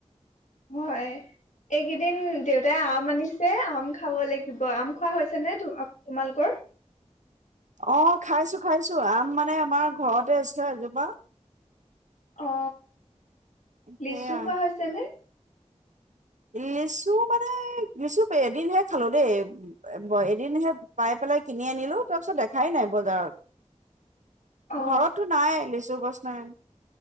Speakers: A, on the left; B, on the right.
A: হয় এইকেইদিন দিন দেউতাই আম আনি এই আম খাব লাগিব আম খোৱা হৈছে নে তোমালোকৰ
B: অ খাইছো খাইছো আম মানে আমাৰ ঘৰতে আছে এজোপা
A: অ
B: সেয়া
A: লিচু খোৱা হৈছে নে
B: লিচু মানে লিচু এদিনহে খালো দেই এদিনহে পাই পেলাই কিনি আনিলো তাৰপিছত দেখাই নাই বজাৰত
A: অ
B: ঘৰতটো নাই লেচু গছ নাই